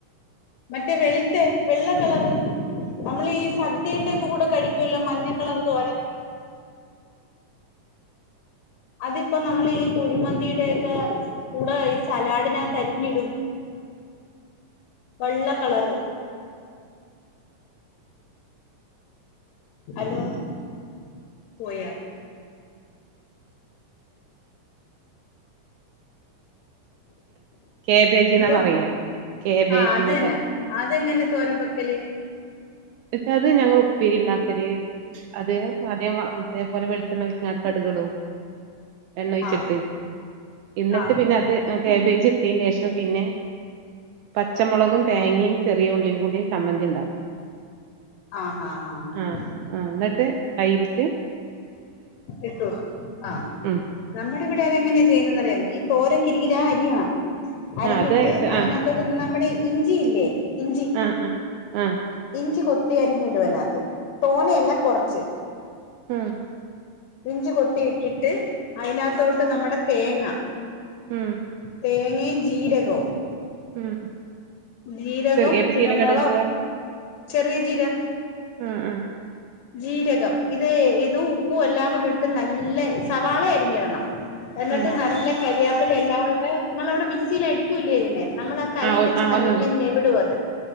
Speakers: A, on the left (about 70°); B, on the right (about 80°).
A: മറ്റേ വെളുത്ത വെള്ള കളർ നമ്മൾഈ സദ്യേന്റെയൊക്കെ കൂടെ കഴിക്കുമല്ലോ മഞ്ഞ കളർ തോരൻ അതിപ്പോ നമ്മൾ ഈ കുഴിമന്തിയുടെയൊക്കെ കൂടെ ഈ സലാഡിനാത്തരിഞ്ഞിടും വെള്ള കളറ് ഹലോ പോയാ
B: കാബേജിന്നാ
A: എന്തോ
B: പറയാ കാബേജിന്നാ
A: ആഹ അത് തന്നെ
B: പറയാ
A: അതെങ്ങനെ തോരൻ വയ്ക്കല്
B: പക്ഷെ അത് ഞങ്ങൾ ഉപ്പേരി ഉണ്ടാക്കല് അത് അതേ അതേപോലെ വെളിച്ചെണ്ണ ഒഴിച്ച് കടുകിടും എണ്ണ ഒഴിച്ചിട്ട്
A: ആ
B: എന്നിട്ട്
A: ആ
B: പിന്നെ അത് കാബേജ് ഇട്ടതിന് ശേഷം പിന്നെ പച്ചമുളകും തേങ്ങയും ചെറിയ ഉള്ളിയും കൂടി സമ്മന്തി ഉണ്ടാക്കും
A: ആഹ ആ ആ ആഹ
B: ആഹ് ആഹ് എന്നിട്ട് അയില്ക്ക്
A: ഇട്ടു കൊടുക്കും ആ
B: ഉം
A: നമ്മുടെ ഇവിടെ അത് എങ്ങനെ ചെയ്യുന്നറിയ ഈ തോരൻ കിരികിരാ അരിയണം അരിഞ്ഞിട്ട്
B: ആഹ് അത്
A: അതിനകത്തോട്ട്
B: ആഹ്
A: നമ്മുടെ ഇഞ്ചി ഇഞ്ചില്ലെ ഇഞ്ചി
B: ആഹ് ആഹ് ആഹ്
A: ഇഞ്ചി കൊത്ത് കുത്തി അരിഞ്ഞിടുവനകത്ത് തോനയല്ല കൊറച്ച്
B: ആഹ
A: ഇഞ്ചി കൊത്തിയിട്ടിട്ട് അതിനകത്തോട്ട് നമ്മുടെ തേങ്ങ
B: ഉം
A: തേ ഇനിയും ജീരകോം
B: <inaudible>
A: ജീരകവും
B: ചെറിയ
A: പിന്നെ
B: ജീരകം
A: മുളചെറിയ
B: ഇട
A: ജീര
B: ഉം ഉം
A: ജീരകം ഇത് ഇത് ഉപ്പും എല്ലാം കൂടി ഇതിട്ട് നല്ല സവാള അരിഞ്ഞിടണം എന്നിട്ട്
B: ഉം
A: നല്ല കരിയാ അല്ലേ എല്ലാം കൂടി നിങ്ങവിടെ മിക്സിയിൽ അടിക്കൂല്ലേ ഇതിനെ നമ്മള കൈ-
B: ആഹ് ആഹ്
A: നല്ല
B: ഒന്ന്
A: ഞെവുടും അത്